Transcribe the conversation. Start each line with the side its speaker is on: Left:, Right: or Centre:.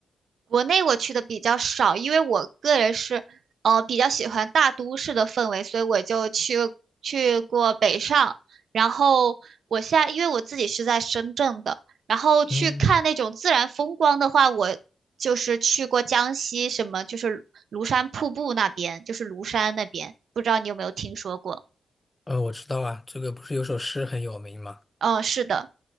Right: 国内我去的比较少，因为我个人是呃比较喜欢大都市的氛围，所以我就去去过北上。然后我现在因为我自己是在深圳的，然后去看那种自然风光的话，
Left: 嗯，
Right: 我就是去过江西什么，就是庐山瀑布那边，就是庐山那边，不知道你有没有听说过？
Left: 呃，我知道啊，这个不是有首诗很有名吗？
Right: 嗯，是的。